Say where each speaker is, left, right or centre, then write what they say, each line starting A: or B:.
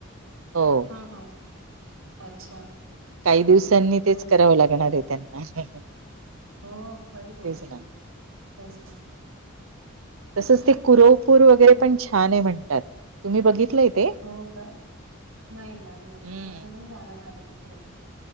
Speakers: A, on the right; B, on the right.
A: हो
B: हा हा. अच्छा.
A: काही दिवसांनी तेच
B: बरोबर
A: करावं लागणार आहे त्यांना.
B: हो खरी गोष्ट
A: तेच ना
B: आहे तेच न.
A: तसंच ते कुरवपूर वगैरे
B: तो
A: पण छान आहे म्हणतात तुम्ही बघितलंय ते?
B: हो का. नाही नाही ना
A: हम्म
B: माझं नाही जाणं झालं तिकडे?